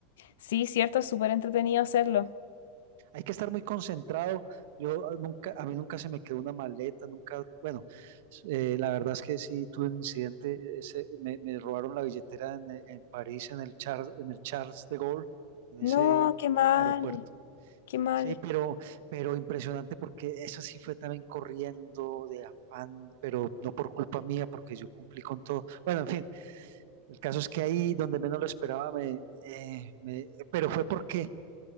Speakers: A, on the left (about 90°); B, on the right (about 70°).
A: Sí, cierto, es súper entretenido hacerlo.
B: Hay que estar muy concentrado. Yo ah, nunca, a mí nunca se me quedó una maleta, nunca, bueno, s- eh, la verdad es que sí tuve un incidente, eh, se- me, me robaron la billetera en, eh, en París, en el Charles, en el Charles de Gaulle, en
A: No,
B: ese
A: qué mal,
B: aeropuerto.
A: qué mal.
B: Sí, pero, pero impresionante porque esa sí fue también corriendo de afán, pero no por culpa mía, porque yo cumplí con todo. Bueno, en fin, el caso es que ahí donde menos lo esperaba, me, eh, me, pero fue porque